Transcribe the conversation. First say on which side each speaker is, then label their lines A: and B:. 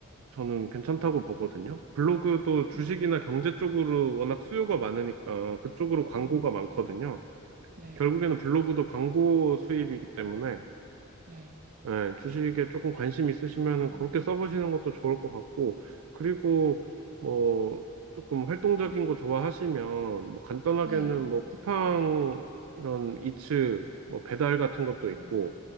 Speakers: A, on the right (about 70°); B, on the right (about 40°).
A: 저는 괜찮다고 보거든요. 블로그도 주식이나
B: 음, 음,
A: 경제 쪽으로 워낙 수요가 많으니까 그쪽으로 광고가
B: 음,
A: 많거든요.
B: 음, 네.
A: 결국에는 블로그도 광고 수입이기 때문에
B: 네.
A: 예, 주식에 조금 관심 있으시면은
B: 음,
A: 그렇게 써보시는 것도 좋을 것 같고, 그리고 뭐 조금 활동적인 거 좋아하시면 뭐 간단하게는
B: 네.
A: 뭐 쿠팡 이런 이츠 뭐 배달 같은 것도
B: 네.
A: 있고,